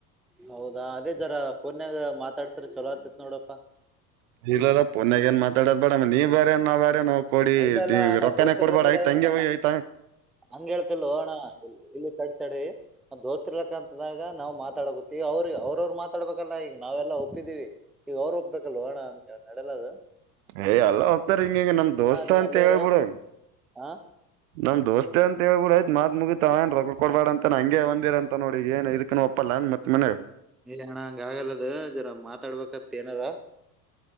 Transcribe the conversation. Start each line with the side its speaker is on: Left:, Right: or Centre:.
Centre: ಹೌದಾ ಅದೇ ಜರ ಪಫನ್ಯಾಗ ಮಾತಾಡ್ತಾರ ಚಲೋ ಆತಿತ್ ನೋಡಪ್ಪಾ
Right: <unintelligible> ಇಲ್ಲಲ್ಲ ಪೊನ್ಗಏನ್ ಮಾತಾಡೋ ಬೇಡ ನೀವ್ ಬ್ಯ ನಾ ಬಾರ ನೋವು ಕೊಡಿ
Centre: ಇಲ್ಲ ಇಲ್ಲ ನಾವ್
Right: ರೊಪಾನೆ
Centre: ದೋಸ್ತರ್
Right: ಕೊಡ್ಬೇಡ
Centre: ಲೆಕ್ಕದಾಗ
Right: ಆಯ್ ತಂಗ
Centre: ಅಂತ ನಾ
Right: ಆತ
Centre: ಹಂಗ ಹೇಳ್ತಿಲ್ ಹೋಣ ಇಲ್ಲಿ ತಡಿ ತಡಿ ದೋಸ್ತಿ ಇರ್ಲಕ್ಕಂತದಾಗ ನಾವ್ ಮಾ ಮಾತಾಡಕೊತ್ತ ಈಗ ಅವ್ರ ಅವ್ರವರು ಮಾತಾಡ್ಬೇಕಲ್ಲ ಈಗ ನಾವೆಲ್ಲಾ ಒಪ್ಪಿದೀವಿ ಈಗ ಅವ್ರು ಒಪ್ಬೇಕಲ್ ಹೋಣ ಅಂತ ನಡಲದು
Right: ಯ್ ಎಲ್ಲ ಹೋಗ್ತಾರ ಹಿಂಗಿಂಗ ನಮ್ ದೋಸ್ತ
Centre: ನೀ
Right: ಅಂತ
Centre: ಅಲ್ಲೇ
Right: ಹೇಳ್ಬಿಡು
Centre: ಇರು ಹಾ
Right: ನಮ್ ದೋಸ್ತೆ ಅಂತ ಹೇಳ್ಬಿಡ ಆಯತ್ ಮಾತ್ಗಿತತಾಏನ್ ರೊಗ ಕೊಡ್ಬೇಡ ಅಂತ ನ ಹಂಗೆ ಒಂದಿರ ಅಂತ ನೋಡಿ ಏನ್ ಇದಕ್ಕ ಒಪ್ಪಲ್ಲ ಮತ್ತತ್ ಮ
Centre: ಅಣ ಹಂಗ ಆಗಲ್ಲದ ಜರ ಮಾತಾಡ್ಬೇಕತ್ ಏನದ